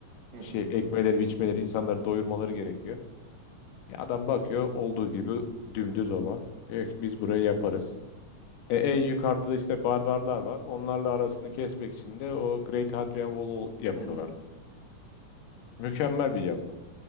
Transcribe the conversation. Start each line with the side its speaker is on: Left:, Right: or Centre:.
Right: hı
Left: şey
Right: hı,
Left: ekmeleri, biçmeleri, insanları doyurmaları gerekiyor. Ya adam bakıyor olduğu gibi dümdüz ova. Diyor ki biz burayı yaparız. E, en yukarıda da işte barbarlar var. Onlarla arasını kesmek için de o Great Hadrian Wall'u yapıyorlar.
Right: hı hı.
Left: Mükemmel bir yapı.